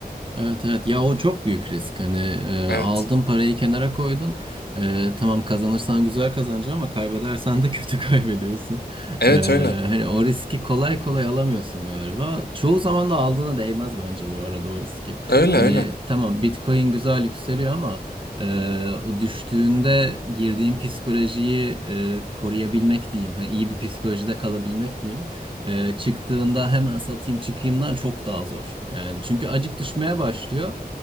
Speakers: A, on the right (about 30°); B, on the left (about 85°).
A: Evet evet ya o çok büyük risk hani e,
B: Evet.
A: aldın parayı kenara koydun E, tamam kazanırsan güzel kazanacaksın ama kaybedersen de kötü <laughs> kaybediyorsun
B: Evet
A: E,
B: öyle.
A: hani o riski kolay kolay alamıyorsun galiba çoğu zaman da aldığına değmez bence bu arada o riski
B: Öyle
A: hani
B: öyle.
A: tamam Bitcoin güzel yükseliyor ama e, o düştüğünde girdiğin psikolojiyi e, koruyabilmek diyeyim hani iyi bir psikolojide kalabilmek diyeyim e, çıktığında hemen satayım çıkayımdan çok daha zor. Yani çünkü acık düşmeye başlıyor.